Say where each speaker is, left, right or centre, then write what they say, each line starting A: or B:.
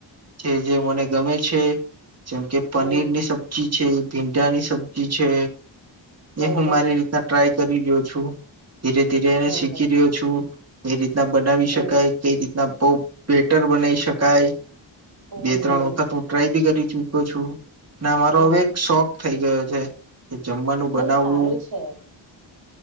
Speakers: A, on the right (about 35°); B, on the right (about 50°).
A: જે જે મને ગમે છે જેમ કે
B: હમ
A: પનીરની સબ્જી છે ભીંડાની સબ્જી છે
B: હ હ
A: એ હું
B: હ હ
A: મારી રીતના ટ્રાય કરી ગ્યો છું ધીરે ધીરે એને
B: હમ
A: શીખી રહ્યો છું એ જ બનાવી
B: હમ
A: શકાય કઈ રીતના બહ સ્વેટર બનાઈ શકાય
B: હમ
A: બે ત્રણ
B: હમ
A: વખત હું ટ્રાય બી કરી છું ક છું ને
B: હમ
A: મારો હવે
B: હમ.
A: એક શોક થઈ ગયો છે જે કે જમવાનું બનાવવું
B: નહી સારું છે